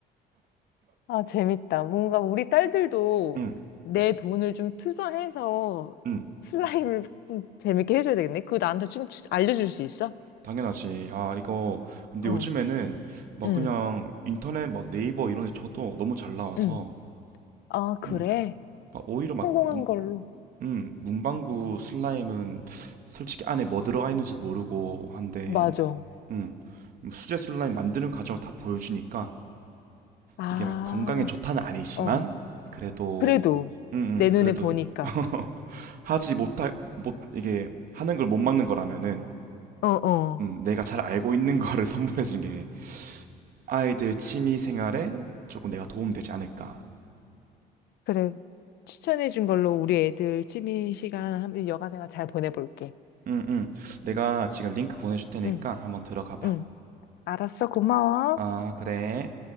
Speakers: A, on the left; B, on the right.
A: 아, 재밌다. 뭔가 우리 딸들도
B: <laughs> 응.
A: 내 돈을 좀 투자해서
B: 응.
A: 슬라임을 좀 재밌게 해줘야 되겠네. 그거 나한테 좀 추- 알려줄 수 있어?
B: 당연하지. 아 이거 근데
A: 어,
B: 요즘에는 막
A: 응,
B: 그냥 인터넷 막 네이버 이런 데 쳐도 너무 잘 나와서
A: 응. 아, 그래?
B: 응. 막 오히려 막
A: 성공한
B: 문,
A: 걸로.
B: 응, 문방구 슬라임은 솔직히 안에 뭐 들어가 있는지도 모르고 한데
A: 맞아.
B: 응 뭐 수제 슬라임 만드는 과정을 다 보여주니까
A: 아,
B: 이게 막 건강에 좋다는 아니지만
A: 어.
B: 그래도
A: 그래도
B: 음, 음
A: 내 눈에
B: 그래도
A: 보니까.
B: <laughs> 하지 못할 못 이게 하는 걸 못 막는 거라면은
A: 어, 어.
B: 음, 내가 잘 알고 있는 거를 <laughs> 선물해 준 게 아이들 취미 생활에 조금 내가 도움 되지 않을까.
A: 그래. 추천해준 걸로 우리 애들 취미 시간 하면 여가생활 잘 보내볼게.
B: 음, 음. 내가 지금 링크 보내줄 테니까
A: 응,
B: 한번 들어가 봐.
A: 응. 알았어. 고마워.
B: 아, 그래.